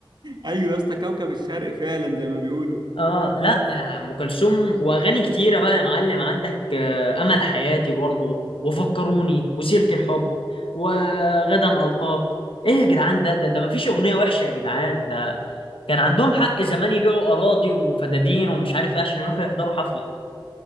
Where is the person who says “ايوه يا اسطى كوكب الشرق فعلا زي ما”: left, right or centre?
Right